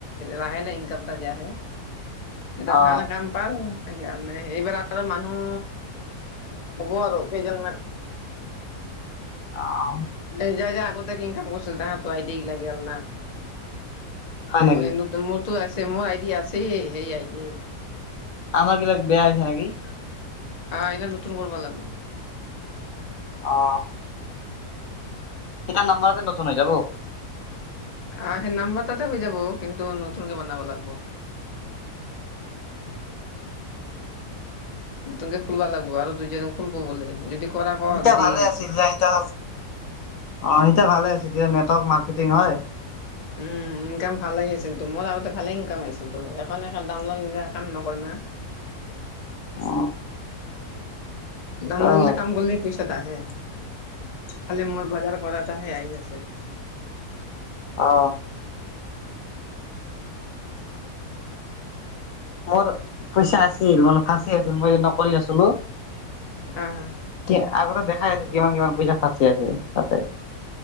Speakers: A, on the left; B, on the left.
A: লাহে লাহে ইনকাম এটা যে আহে এটা
B: অ
A: ভাল কাম। পাল সেইকাৰণে এইবাৰ আৰু মানুহ হ'ব আৰু কেইজনমান।
B: অ অ,
A: যাৰ যাৰ আগতিয়াকে ইনকাম কৰিছিল তাহাতৰ আইডি লাগিলাগ না।
B: হয়
A: মই
B: নেকি
A: মোৰতো আছে মোৰ আইডিয় আছে সেই আইডি।
B: আমাৰ বিলাক বেয়া হৈছে নেকি।
A: আহ এতিয়া নতুন কৰিব লাগিব।
B: অঁ এতিয়া নাম্বাৰতে নতুন হৈ যাব।
A: আহ সেই নাম্বাৰ তাতে হৈ যাব কিন্তু নতুনকে বনাব লাগিব। নতুনকে খুলা লাগিব আৰু দুইজনী খুলব বোলে যদি কৰা ক
B: ইতিয়া
A: যদি।
B: ভালে আছিল দিয়া ইতিয়া অ এতিয়া ভালে আছে এয়া নটৱৰ্ক মাৰ্কেটিং হয়।
A: উম ইনকাম ভালে আছিল তো মোৰ আগতে ভালে ইনকাম আহিছিল তো এখন হে <unintelligible> কাম নকৰে না,
B: অ
A: ধানা
B: ত'
A: দিলে
B: হয়।
A: কাম কৰিলে পইচাতো আহে খালি মোৰ বজাৰ কৰা তহে আহি আছে।
B: অ মোৰ পইচা আছিল মানে ফাঁচি আছিল মই নকৰি আছিলো।
A: উম,
B: কি আগতে দেখাই আছে কিমান কিমান পইচা ফাঁচি আছে তাতে।